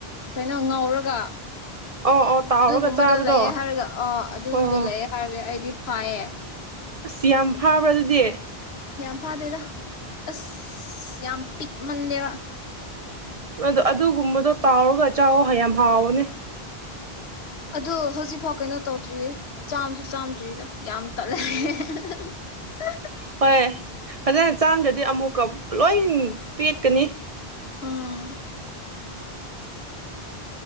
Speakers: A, on the left; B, on the right.
A: ꯀꯩꯅꯣ ꯉꯧꯔꯒ
B: ꯑꯣ ꯑꯣ ꯇꯥꯎꯔꯒ
A: ꯑꯗꯨꯒꯨꯝꯕꯗꯣ
B: ꯆꯥꯕꯗꯣ
A: ꯂꯩꯌꯦ ꯍꯥꯏꯔꯒ ꯑ ꯑꯗꯨꯗꯣ
B: ꯑꯣ
A: ꯂꯩꯑꯦ ꯍꯥꯏꯔꯒ ꯑꯩꯗꯤ ꯐꯌꯦ
B: ꯑꯁ ꯌꯥꯝ ꯐꯥꯕ꯭ꯔꯥ ꯑꯗꯨꯗꯤ
A: ꯌꯥꯝ ꯐꯥꯗꯦꯗ ꯑꯁ ꯌꯥꯝ ꯄꯤꯛꯃꯜꯂꯦꯕ
B: ꯑꯗꯣ ꯑꯗꯨꯒꯨꯝꯕꯗꯣ ꯇꯥꯎꯔꯒ ꯆꯥꯥꯎ ꯑꯣ ꯌꯥꯝ ꯍꯥꯎꯕꯅꯦ
A: ꯑꯗꯣ ꯍꯧꯖꯤꯛꯐꯥꯎ ꯀꯩꯅꯣ ꯇꯧꯗ꯭ꯔꯤꯌꯦ ꯆꯥꯝꯁꯨ ꯆꯥꯝꯗ꯭ꯔꯤꯗ ꯌꯥꯝ ꯇꯠꯂꯦ <inaudible>
B: ꯍꯣꯏ ꯐꯖꯅ ꯆꯥꯝꯗ꯭ꯔꯗꯤ ꯑꯃꯨꯛꯀ ꯂꯣꯏ ꯄꯦꯠꯀꯅꯤ
A: ꯎꯝ